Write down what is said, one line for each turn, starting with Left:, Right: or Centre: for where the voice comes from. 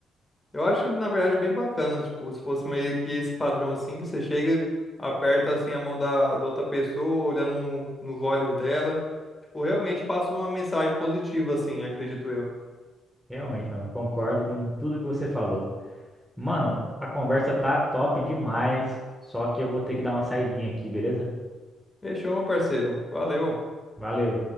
Left: Eu acho na verdade bem bacana, tipo, se fosse meio que esse padrão assim que você chega, aperta assim a mão da, da outra pessoa, olhando no- nos olhos dela, tipo, realmente passa uma mensagem positiva assim, acredito eu.
Centre: Realmente, mano, concordo com tudo que você falou. Mano, a conversa tá top demais, só que eu vou ter que dar uma saidinha aqui, beleza?
Left: Fechou, meu parceiro. Valeu.
Centre: Valeu.